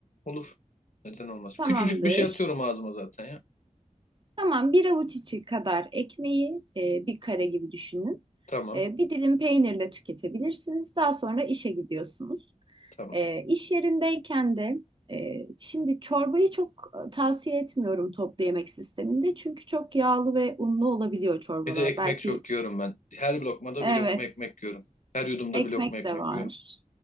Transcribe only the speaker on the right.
Tamamdır.
Tamam, bir avuç içi kadar ekmeği e, bir kare gibi düşünün.
E, bir dilim peynirle tüketebilirsiniz. Daha sonra işe gidiyorsunuz.
E, iş yerindeyken de e, şimdi çorbayı çok e, tavsiye etmiyorum toplu yemek sisteminde. Çünkü çok yağlı ve unlu olabiliyor çorbalar.
Belki
evet
Ekmek
de var.